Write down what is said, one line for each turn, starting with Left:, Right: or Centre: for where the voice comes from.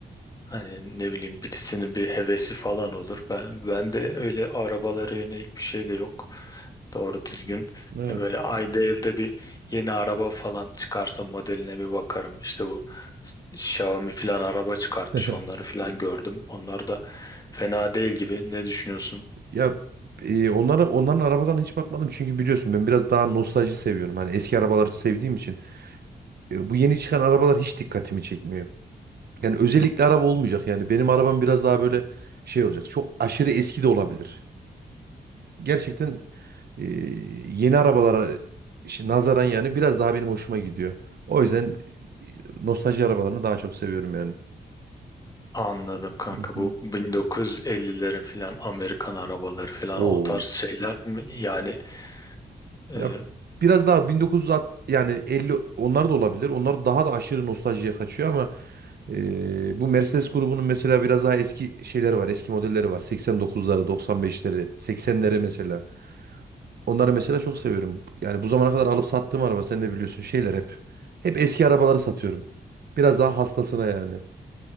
Left: Hani ne bileyim birisinin bir hevesi falan olur. Ben ben de öyle arabalara yönelik bir şey de yok. Doğru düzgün.
Right: Evet.
Left: Ya böyle ayda elde bir yeni araba falan çıkarsa modeline bir bakarım. İşte bu Xiaomi falan araba çıkartmış.
Right: <laughs>
Left: Onları falan gördüm. Onlar da fena değil gibi. Ne düşünüyorsun?
Right: Ya e, onlara onların arabalarına hiç bakmadım çünkü biliyorsun ben biraz daha nostalji seviyorum. Hani eski arabaları sevdiğim için e, bu yeni çıkan arabalar hiç dikkatimi çekmiyor. Yani özellikle araba olmayacak yani benim arabam biraz daha böyle şey olacak. Çok aşırı eski de olabilir. Gerçekten e, yeni arabalara şi- nazaran yani biraz daha benim hoşuma gidiyor. O yüzden e, nostalji arabalarını daha çok seviyorum yani.
Left: Anladım kanka
Right: Hı
Left: bu 1950'lerin filan Amerikan arabaları filan
Right: hı.
Left: o tarz şeyler mi? Yani e,
Right: Ya biraz daha 1960 yani 50 onlar da olabilir. Onlar daha da aşırı nostaljiye kaçıyor ama e, bu Mercedes grubunun mesela biraz daha eski şeyleri var. Eski modelleri var. 89'ları, 95'leri, 80'leri mesela. Onları mesela çok seviyorum. Yani bu zamana kadar alıp sattığım araba sen de biliyorsun şeyler hep. Hep eski arabaları satıyorum. Biraz daha hastasına yani.